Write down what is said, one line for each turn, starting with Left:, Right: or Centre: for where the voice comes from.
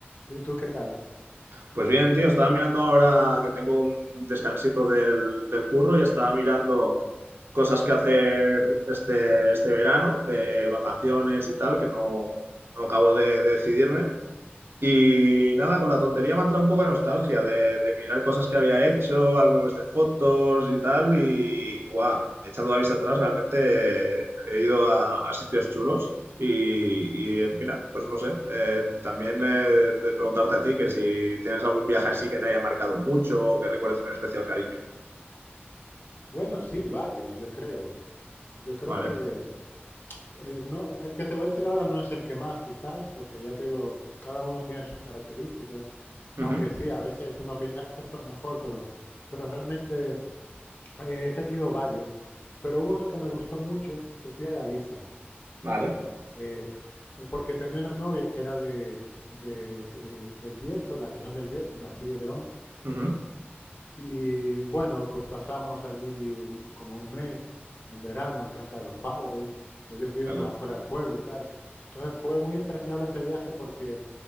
Left: y tú qué tal?
Right: Pues bien, tío, estaba mirando ahora que tengo un descansito del, del curro y estaba mirando cosas que hacer este, este verano de vacaciones y tal, que no, no acabo de, de decidirme. Y nada, con la tontería me ha entrado un poco de nostalgia de, de mirar cosas que había hecho, álbumes de fotos y tal. Y guau, echando la vista atrás, realmente he ido a, a sitios chulos. Y, y, mira, pues no sé, eh, también eh, de preguntarte a ti que si tienes algún viaje así que te haya marcado mucho o que recuerdes con especial cariño.
Left: Bueno, sí, varios, yo creo. Yo creo
Right: Vale.
Left: que Eh, no, el que te voy a decir ahora no es el que más, quizás, porque ya te digo, cada uno tiene sus características,
Right: Ujú.
Left: aunque sí, a veces uno piensa, este fue el mejor, pero, pero realmente eh, he tenido varios. Pero hubo uno que me gustó mucho, que fui a Galicia,
Right: Vale.
Left: eh, eh, porque tenía una novia que era de, de, eh, del Bierzo, la región del Bierzo, en Castilla y León,
Right: Ujú.
Left: y bueno, pues pasamos allí un- como un mes en verano en casa de los padres, y ellos viven
Right: De acuerdo.
Left: a la afuera del pueblo y tal. Entonces fue muy entrañable ese viaje porque